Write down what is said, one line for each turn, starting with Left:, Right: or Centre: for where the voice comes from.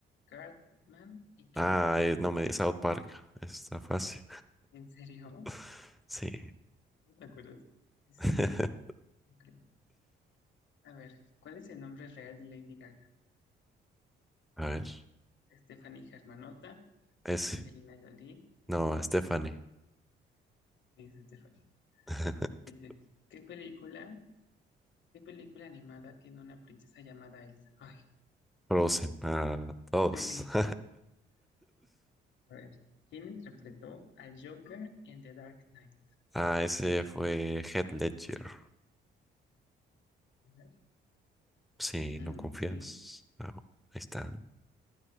Left: Cartman y Ken?
Centre: Ah, eh, no me digas, South Park, está fácil.
Left: ¿En serio?
Centre: <laughs> Sí.
Left: ¿Cómo te acuerdas de eso? Ay, Sí,
Centre: <laughs>
Left: no creo. A ver, ¿cuál es el nombre real de Lady Gaga?
Centre: A ver,
Left: ¿Es Stephanie Germanotta,
Centre: ese.
Left: Angelina Jolie,
Centre: No, Stephanie.
Left: sí, es Stephanie.
Centre: <laughs>
Left: Dice, ¿qué película, qué película animada tiene una princesa llamada Elsa? Ay,
Centre: Frozen, ah, todos.
Left: sí.
Centre: <laughs>
Left: A ver, ¿quién interpretó al Joker en The Dark Knight?
Centre: Ah, ese fue Heath Ledger.
Left: A ver,
Centre: Sí,
Left: mm,
Centre: no confías.
Left: sí.
Centre: No, ahí está.